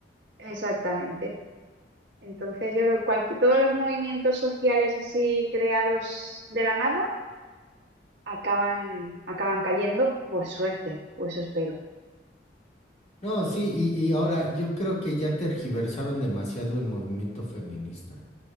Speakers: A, on the right (about 75°); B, on the left (about 35°).
A: exactamente. Entonces, yo creo que cualqui- todos los movimientos sociales así creados de la nada acaban, acaban cayendo, por suerte, o eso espero.
B: No, sí, y, y ahora yo creo que ya tergiversaron demasiado el movimiento feminista.